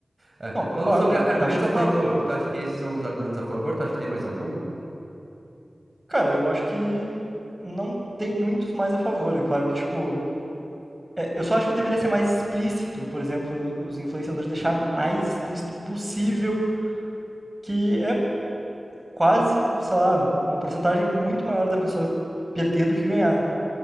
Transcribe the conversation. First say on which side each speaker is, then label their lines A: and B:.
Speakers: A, on the right (about 45°); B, on the right (about 20°).
A: É,
B: Não, concordo.
A: falando sobre a- argumentos
B: Eu acho que
A: a favor,
B: tem.
A: tu acha que esses são os argumentos a favor? Tu acha que tem mais algum?
B: Cara, eu acho que não tem muitos mais a favor. É claro que, tipo. é, eu só acho que deveria ser mais explícito. Por exemplo, os influenciadores deixar mais explícito possível, que é quase, sei lá, uma porcentagem muito maior da pessoa perder do que ganhar.